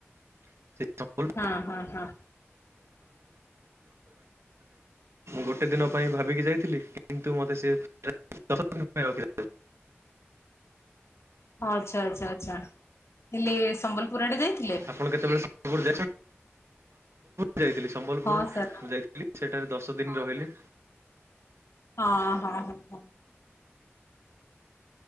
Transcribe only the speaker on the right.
<unintelligible> ମୁଁ
ଗୋଟେ ଦିନ ପାଇଁ ଭାବିକି ଯାଇଥିଲି କିନ୍ତୁ ମତେ ସିଏ ଦଶ ଦିନି ପାଇଁ ରଖିଲା।
ଆପଣ କେତେବେଳେ ସମ୍ବଲପୁର ଯାଇଚନ୍ତି? ଥିଲି,
ସେଠାରେ ଦଶ ଦିନି ରହିଲେ।